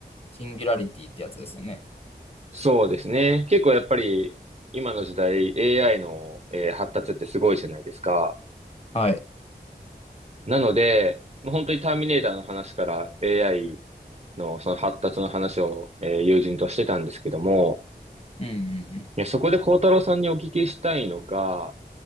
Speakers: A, on the left; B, on the right.
A: シンギュラリティってやつですよね。
B: そうですね。結構やっぱり今の時代 AI の、えー発達ってすごいじゃないですか。
A: はい。
B: なので、まあ、本当にターミネーターの話から AI のその発達の話を、えー友人としてたんですけども、
A: うん。うん。うん
B: いや、そこで孝太郎さんにお聞きしたいのが、